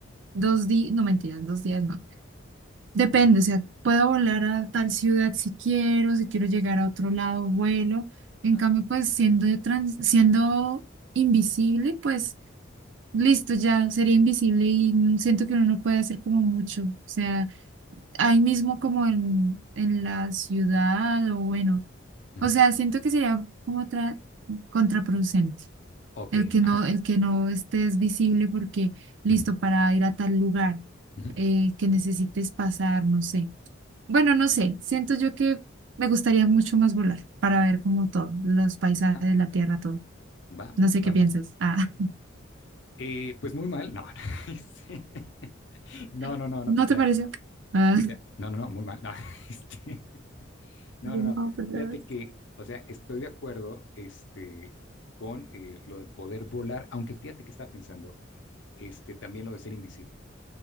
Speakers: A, on the right; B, on the left.
A: dos días, no mentiras, dos días no. Depende,
B: ajá,
A: o sea, puedo volar a tal ciudad si quiero, si quiero llegar a otro lado, vuelo. En
B: ajá,
A: cambio, pues siendo de trans- siendo invisible, pues listo, ya sería invisible y mm, siento que uno no puede hacer como mucho. O sea, ahí mismo como en, en la ciudad o bueno.
B: ujú,
A: O sea, siento que sería como otra contraproducente.
B: ok,
A: El que
B: ajá,
A: no, el que no estés visible porque listo
B: ujú,
A: para ir a tal lugar
B: ujú,
A: eh, que necesites pasar, no sé. Bueno, no sé, siento yo que me gustaría mucho más volar para ver como todo, los paisajes,
B: ajá,
A: la tierra, todo.
B: va,
A: No sé qué
B: va.
A: piensas.
B: va.
A: Ah,
B: Eh, pues muy mal, no, <laughs> no, este, no,
A: <laughs>
B: no, no, no
A: ¿no
B: te creas.
A: te pareció? Ah,
B: Mira, no, no, no, muy mal, no, <laughs> este, No,
A: No,
B: no, no.
A: pues,
B: Fíjate
A: ¿sabes?
B: que, o sea, estoy de acuerdo este, con eh, lo de poder volar, aunque fíjate que estaba pensando este, también lo de ser invisible.